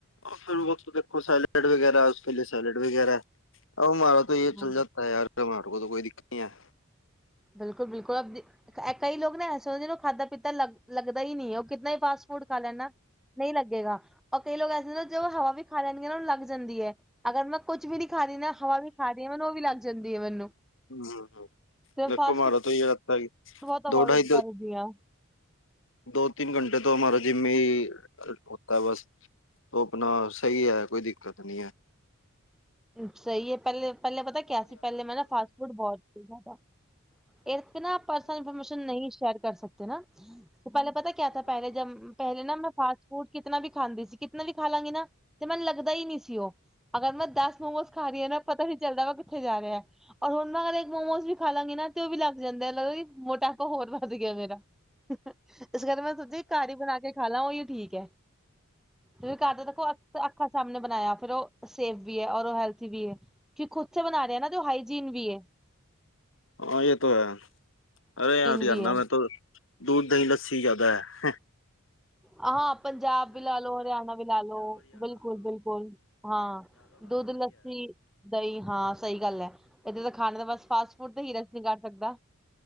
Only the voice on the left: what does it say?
ਫਿਰ ਵ ਦੇਖੋ ਸੈਲਡ ਵਗੈਰਾ ਉਸ ਲ ਸੈਲਡ ਵਗੈਰਾ। ਮਮਾਰਾ ਤੋ ਇਹ
ਚੱਲ ਜਾਤਾ ਹੈ ਯਾਰ ਤੁਮਾਰੋ ਕੋਲ ਕੋਈ ਦਿੱਕਤ ਨਹੀਂ ਹੈ।
ਹਮ ਹਮ।
ਲੱਕ
ਮਾਰ
ਤੋਂ ਇਹ ਰੱਤਗੀ।
ਦੋ ਢਾਈ
ਦੋ ਤਿੰਨ ਘੰਟੇ ਤੋਂ ਹਮਾਰਾ ਜੀ। ਜਿੰਮੀ ਹੋਤਾ ਬਸ ਉਹ ਆਪਣਾ ਸਹੀ ਹੈ। ਕੋਈ ਦਿੱਕਤ ਨੀ ਹੈ।
ਹਾਂ। ਇਹ ਤਾਂ ਹੈ। ਅਰੇ ਹਰਿਆਣਾ।
ਮੈਂ ਤਾਂ ਦੂਧ ਦਹੀਂ ਲੱਸੀ ਜ਼ਿਆਦਾ ਹੈ।